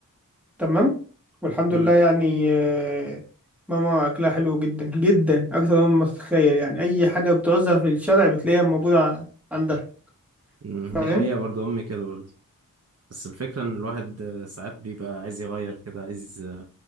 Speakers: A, in the centre; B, on the right.
A: تمام والحمد
B: امم
A: لله يعني آه، ماما اكلها حلو جدا جدا اكتر مما تتخيل يعني اي حاجه بتعوزها في الشارع بتلاقيها موجوده ع- عندها
B: أمم،
A: فاهم
B: دي حقيقة برضو امي كده برضو بس الفكرة ان الواحد آه، ساعات بيبقى عايز يغير كده عايز